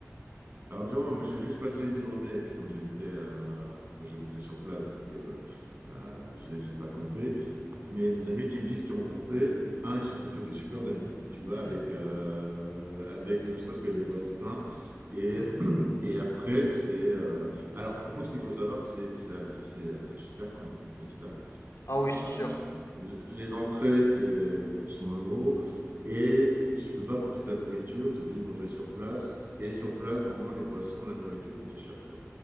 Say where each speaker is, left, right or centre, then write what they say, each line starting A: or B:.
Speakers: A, on the right; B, on the left.
A: Alors, tu vois, moi, j'ai juste passé une journée, et puis comme j'habitais euh, moi, j'habitais sur place, donc euh, euh, j'ai j'ai pas campé. Mais les amis qui me disent qu'ils ont campé, un, ils se sont fait des super amis, tu vois,
B: Mhm,
A: avec, euh, avec ne serait-ce que les voisins. Et,
B: mhm.
A: et après, c'est. euh, Alors, par contre, ce qu'il faut savoir, c'est c'est- c'est- c'est- c'est cher quand même comme festival.
B: Ah
A: Euh,
B: oui, c'est sûr.
A: les entrées, c'est plus de 100 euros. Et tu ne peux pas porter ta nourriture, tu es obligé de manger sur place. Et sur place, vraiment, les boissons, la nourriture, tout est cher, tu vois.